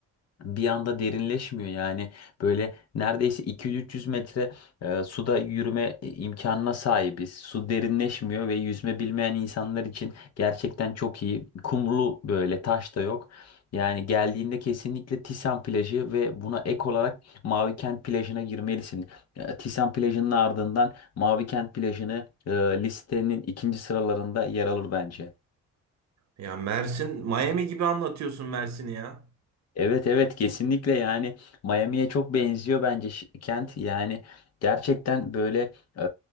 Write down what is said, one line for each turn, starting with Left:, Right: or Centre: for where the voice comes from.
Left: bir anda derinleşmiyor yani böyle neredeyse 200-300 metre e, suda yürüme imkanına sahibiz. Su derinleşmiyor ve yüzme bilmeyen insanlar için gerçekten çok iyi. Kumlu böyle taş da yok. Yani geldiğinde kesinlikle Tisan plajı ve buna ek olarak Mavikent plajına girmelisin. E, Tisan plajının ardından Mavikent plajını e, listenin ikinci sıralarında yer alır bence.
Right: Ya Mersin, Miami gibi anlatıyorsun Mersin'i ya.
Left: Evet evet kesinlikle yani Miami'ye çok benziyor bence şi- kent yani gerçekten böyle e,